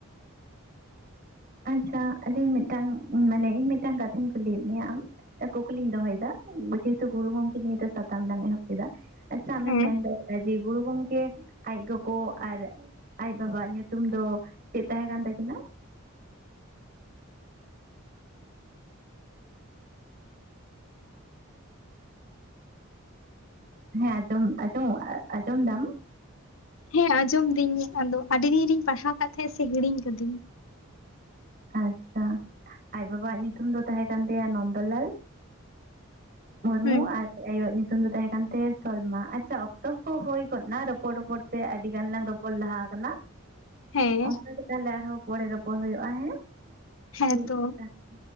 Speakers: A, on the right (about 45°); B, on the left (about 65°).
A: ᱟᱪᱪᱷᱟ ᱟᱹᱞᱤᱧ ᱢᱤᱫᱴᱟᱝ ᱢᱟᱱᱮ ᱤᱧ ᱢᱤᱫᱴᱟᱝ ᱠᱟᱛᱷᱟᱧ ᱠᱩᱞᱤᱭᱮᱫ ᱢᱮᱭᱟ ᱟᱢ ᱠᱩᱠᱞᱤᱧ ᱫᱚᱦᱚᱭᱫᱟ ᱡᱮᱦᱮᱛᱩ ᱜᱩᱨᱩ ᱜᱚᱝᱠᱮ ᱱᱤᱭᱮ ᱥᱟᱛᱟᱢ ᱞᱟᱝ ᱮᱦᱚᱵ ᱠᱮᱫᱟ ᱟᱪᱪᱷᱟ ᱟᱢ
B: ᱦᱮᱸ᱾
A: ᱢᱮᱱ ᱫᱟᱲᱮᱜ ᱮ ᱡᱮ ᱜᱩᱨᱩ ᱜᱚᱝᱠᱮ ᱟᱡ ᱜᱚᱜᱚ ᱟᱨ ᱟᱡ ᱵᱟᱵᱟᱣᱟᱜ ᱧᱩᱛᱩᱢ ᱫᱚ ᱪᱮᱫ ᱛᱟᱦᱮᱸ ᱠᱟᱱ ᱛᱟᱹᱠᱤᱱᱟ ᱾ ᱦᱮᱸ ᱟᱸᱡᱚᱢ ᱟᱸᱡᱚᱢ ᱟᱸᱡᱚᱢ ᱮᱫᱟᱢ ᱾
B: ᱦᱮᱸ ᱟᱸᱡᱚᱢ ᱫᱤᱧ ᱟᱫᱚ ᱟᱹᱰᱤ ᱫᱤᱱ ᱨᱤᱧ ᱯᱟᱲᱦᱟᱣ ᱠᱟᱫ ᱛᱟᱦᱮᱸᱜ ᱥᱮ ᱦᱤᱲᱤᱧ ᱠᱟᱫᱤᱧ ᱾
A: ᱟᱪᱪᱷᱟ ᱟᱡ ᱵᱟᱵᱟᱣᱟᱜ ᱧᱩᱛᱩᱢ ᱫᱚ ᱛᱟᱦᱮᱸ ᱠᱟᱱ ᱛᱟᱭᱟ ᱱᱚᱱᱫᱚᱞᱟᱞ ᱢᱩᱨᱢᱩ
B: ᱦᱩᱸ
A: ᱟᱨ ᱟᱭᱳᱣᱟᱜ ᱧᱩᱛᱩᱢ ᱫᱚ ᱛᱟᱦᱮᱸ ᱠᱟᱱᱛᱮ ᱥᱚᱞᱢᱟ ᱾ ᱟᱪᱪᱷᱟ ᱚᱠᱛᱚ ᱦᱚ ᱦᱩᱭ ᱜᱚᱫᱱᱟ ᱨᱚᱯᱚᱲ ᱨᱚᱯᱚᱲ ᱛᱮ ᱟᱹᱰᱤ ᱜᱟᱱ ᱞᱟᱝ ᱨᱚᱯᱚᱲ ᱞᱟᱦᱟ ᱠᱟᱱᱟ
B: ᱦᱮᱸ
A: ᱚᱱᱠᱟ ᱜᱮ ᱛᱟᱞᱦᱮ ᱟᱨᱦᱚᱸ ᱯᱚᱲᱮ ᱨᱚᱯᱚᱲ ᱦᱩᱭᱩᱜᱼᱟ ᱦᱮᱸ?
B: ᱦᱮᱸ
A: ᱴᱷᱤᱠ
B: ᱛᱚ
A: ᱟᱪᱷᱟ ᱾